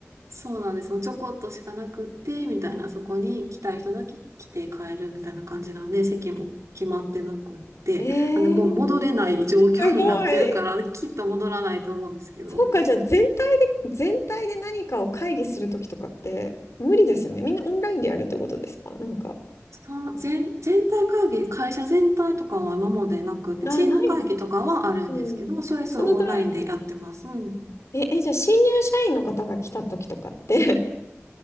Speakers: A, on the right; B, on the left.
A: そうなんです。もうちょこっとしかなくって、みたいな、
B: うん
A: そこに来たい人だけ来て帰るみたいな感じなんで、席も決まってなくって、
B: えー、
A: あもう戻れない状況になってるから、
B: すごい。
A: きっと戻らないと思うんですけど、
B: そうか、じゃあ全体で、全体で何かを会議するときとかって無理ですよね。みんなオンラインでやるってことですかなんか。
A: そう全、全体会議、会社全体とかは今までなくて、
B: あ、
A: チーム会議とかはあるんですけども、
B: ない。うん。
A: それそうオンラインでやってます。
B: まあ、そのぐらいは。
A: うん
B: え、え、じゃあ、新入社員の方が来た時とかって